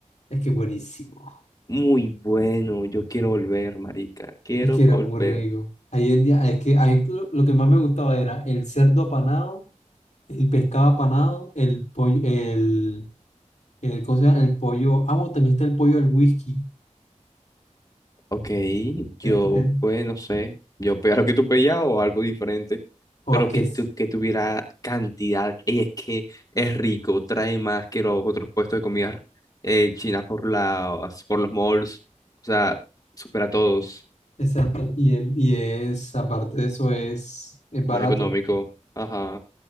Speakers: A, on the left; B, on the left.
A: Es que buenísimo.
B: Muy bueno, yo quiero volver, marica. Quiero
A: Es que era
B: volver.
A: muy rico. Ahí en día, es que ahí lo, lo que más me gustaba era el cerdo apanado, el pescado apanado, el pollo, el, el, ¿cómo se llama? El pollo. Ah, bueno, también está el pollo al whisky.
B: Ok, yo
A: El pollo.
B: pues no sé, yo pegar lo que tú pegas o algo diferente, pero
A: O es
B: que,
A: que
B: tu-
A: es,
B: que tuviera cantidad. Y es que es rico, trae más que los otros puestos de comida eh, china por las, por los malls, o sea, supera a todos,
A: exacto. Y, em- y es, aparte de eso, es, es barato.
B: más económico.
A: O
B: Ajá,